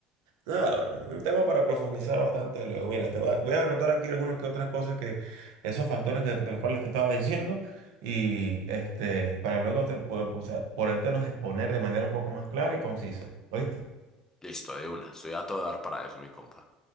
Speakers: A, on the right; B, on the left.
A: Nada, bueno, un tema para profundizar bastante luego. Mira, te va- voy a anotar aquí algunas que otras cosas que, esos factores que, de los cuales te estaba diciendo, y este, para luego te poder, o sea, podértelos exponer de manera un poco más clara y concisa. ¿Oíste?
B: Listo, de una, soy a todo dar para eso, mi compa.